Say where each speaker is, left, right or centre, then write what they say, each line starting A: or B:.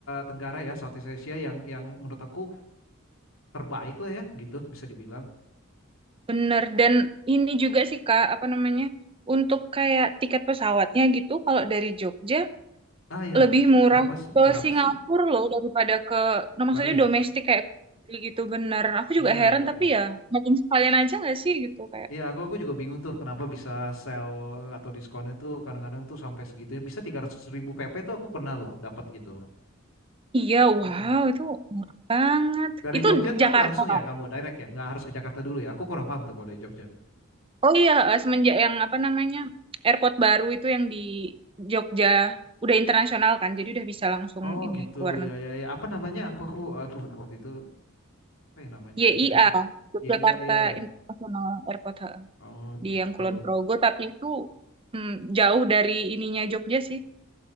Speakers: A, on the left; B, on the right.
A: Tenggara ya, Southeast Asia yang yang menurut aku terbaik lah ya gitu bisa dibilang.
B: Bener. Dan ini juga sih Kak, apa namanya? Untuk kayak tiket pesawatnya gitu, kalau dari Jogja
A: Ah ya,
B: lebih murah
A: berapa sih?
B: ke
A: Berapa
B: Singapura
A: sih?
B: loh daripada ke, no, maksudnya
A: Bali.
B: domestik kayak gitu bener. Aku
A: Iya,
B: juga heran
A: iya,
B: tapi
A: iya.
B: ya makin sekalian aja nggak sih gitu kayak.
A: Iya, aku aku juga bingung tuh kenapa bisa sell eh, atau diskonnya tuh kadang-kadang tuh sampai segitunya. Bisa 300 ribu PP tuh aku pernah loh dapat gitu.
B: Iya, wow
A: Mm-mm.
B: itu murah banget.
A: Dari
B: Itu
A: Jogja tuh
B: Jakarta.
A: langsung ya kamu direct ya, nggak harus ke Jakarta dulu ya. Aku kurang paham tuh kalau dari Jogja.
B: Oh iya, eh, semenjak yang apa namanya airport baru itu yang di Jogja udah internasional kan, jadi udah bisa langsung
A: Oh
B: ini
A: gitu,
B: ke luar negeri.
A: ya ya ya. Apa namanya? Aku aku aduh waktu itu apa ya namanya?
B: YIA
A: Ya aku.
B: Yogyakarta
A: Iya iya iya ya.
B: International Airport ha.
A: Oh
B: di
A: gitu.
B: yang Kulon Progo, tapi itu mm, jauh dari ininya Jogja sih,